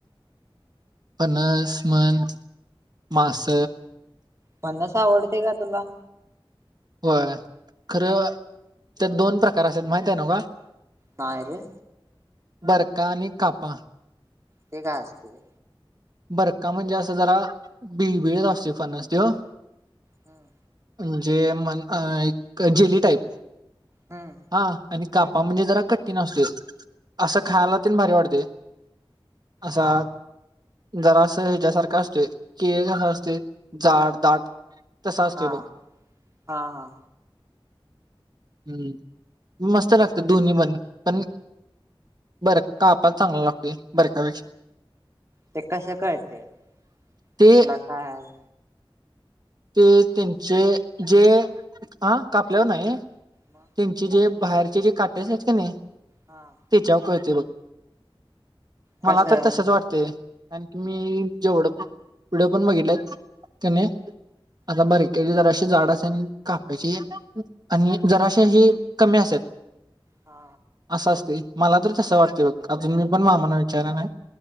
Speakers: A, on the right; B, on the right.
A: पणस मन मास.
B: फणस आवडतय का तुला?
A: होय खरं त्या दोन प्रकार असत्यात माहित हाय नव का.
B: नाइरे.
A: बरका आणि कापा.
B: ते काय असतय?
A: बरका म्हणजे असं जरा बिबिळत असतोय फरनस त्यो
B: हम्म.
A: म्हणजे म अ एक जेली टाईप.
B: हम्म.
A: हा आणि कापा म्हणजे जरा कठीण असतोय असं खायला
B: हा
A: तेण भारी वाटतोय. असा
B: हा
A: जरासं हेच्यासारखं असतय केळ कसं असतय जाड दाट तसा असतोय
B: हा
A: बघ
B: हा हा.
A: हम्म मस्त लागतय दोन्ही पण पण बर कापा चांगला लागतोय बरका पेक्षा.
B: ते कसं कळतय
A: ते
B: कुठला काय हाय?
A: ते त्यांचे जे आ कापल्यावर नाही त्यांचे
B: मग
A: जे बाहेरचे जे काटे असत्यात कने
B: हा
A: तेच्यावर कळते बघ.
B: कसं
A: मला तर तसच वाटतय. कारंकी मी जेवढं पण पुढं पण बघितलंय कने आता
B: हा
A: बरक्याची जराशी जाड असत्या णि काप्याची आणि जराशी अशी कमी असत्यात
B: हा
A: असं असतय. मला तर तसं वाटतय बघ अजून मी पण मामाना विचारलं नाही